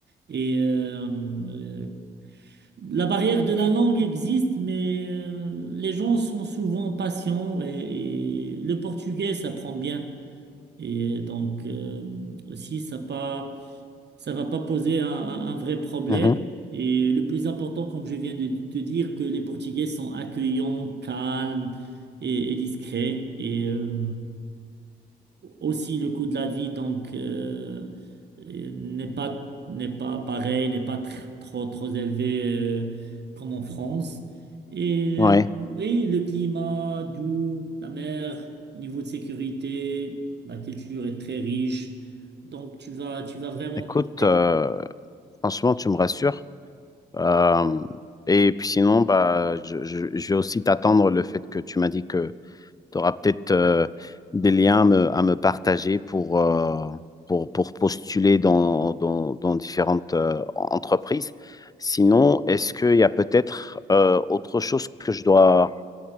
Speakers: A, on the right; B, on the left.
A: Et euh, la barrière de la langue existe, mais euh, les gens sont souvent patients et, et le portugais, ça prend bien. Et donc, euh, aussi, ça pas, ça va pas poser un, un- un vrai problème.
B: Mhm.
A: Et le plus important, comme je viens de te dire, que les Portugais sont accueillants, calmes et, et discrets. Et, euh, aussi le coût de la vie donc euh, euh, n'est pas n'est pas pareil, n'est pas tr- trop trop élevé euh, comme en France. Et,
B: Ouais.
A: euh, et le climat doux, la mer, au niveau de sécurité, la culture est très riche. Donc tu vas tu vas vraiment
B: Écoute,
A: kiffer.
B: euh, franchement, tu me rassures. Euh, et puis sinon, bah, je, je- je vais aussi t'attendre le fait que tu m'as dit que tu auras peut-être euh, des liens à me, à me partager pour, euh, pour, pour postuler dans, dans, dans différentes euh, entreprises. Sinon, est-ce qu'il y a peut-être euh, autre chose que je dois